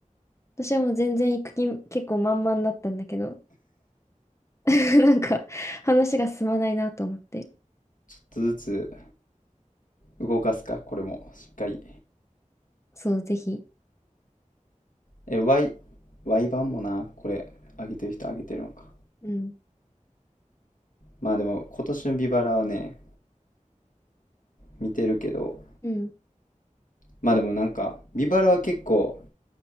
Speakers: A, on the left; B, on the left.
A: 私はもう全然行く気結構満々だったんだけど、<laughs> なんか話が進まないなと思って。
B: ちょっとずつ動かすかこれもしっかり
A: そう、ぜひ。
B: え Y Y 版もなこれ上げてる人上げてるのか
A: うん、
B: まあでも今年のビバラはね見てるけど
A: うん、
B: まあでもなんかビバラは結構